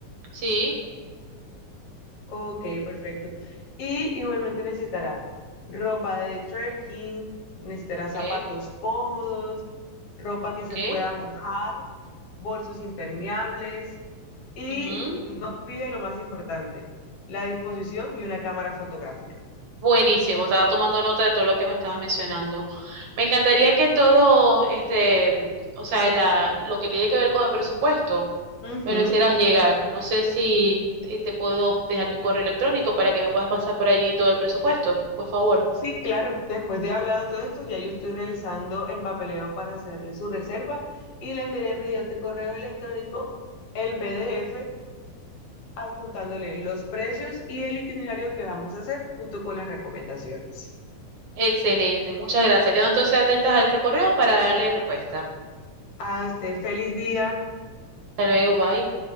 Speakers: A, on the right; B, on the left.
A: Sí.
B: Ok, perfecto. Y igualmente necesitará ropa de trekking, necesitará
A: Ok,
B: zapatos cómodos, ropa que
A: ok.
B: se pueda mojar, bolsos impermeables y
A: Ujú.
B: no olvide lo más importante, la disposición y una cámara fotográfica.
A: Buenísimo. Estaba tomando nota de todo lo que me estabas mencionando. Me encantaría que todo, este, o sea, la, lo que tiene que ver con el presupuesto,
B: Ujú.
A: me lo hicieras llegar. No sé si eh, te puedo dejar mi correo electrónico para que me puedas pasar por allí todo el presupuesto, por favor.
B: Sí, claro. Después de hablado todo esto, ya yo estoy realizando el papeleo para hacerle su reserva y le enviaré mediante correo electrónico el PDF adjuntándole los precios y el itinerario que vamos a hacer junto con las recomendaciones.
A: Excelente, muchas gracias. Quedo entonces atentas a este correo para darle respuesta.
B: Hasta feliz día.
A: Hasta luego, bye.